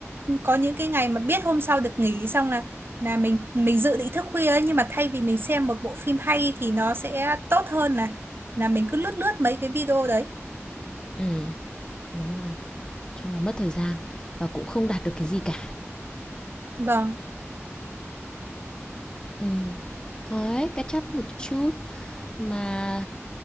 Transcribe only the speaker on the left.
ừ đúng rồi chung là mất thời gian và cũng không đạt được cái gì cả
ừ thôi cắt chấp một chút mà